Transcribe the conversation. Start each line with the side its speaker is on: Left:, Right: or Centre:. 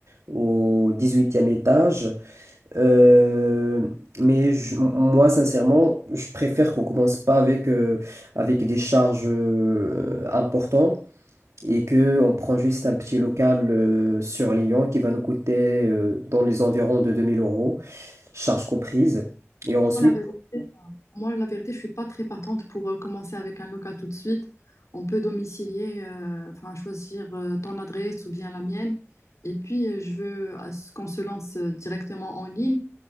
Right: au dix-huitième étage. Euh, mais je- moi, sincèrement, je préfère qu'on commence pas avec, euh, avec des charges euh, importantes et qu'on prend juste un petit local euh, sur Lyon qui va nous coûter euh, dans les environs de 2000 euros, charges comprises. Et ensuite,
Left: quoi la vérité. moi, la vérité, je suis pas très partante pour euh, commencer avec un local tout de suite. On peut domicilier, euh, enfin choisir euh, ton adresse ou bien la mienne. Et puis, euh, je veux à ce qu'on se lance euh, directement en ligne.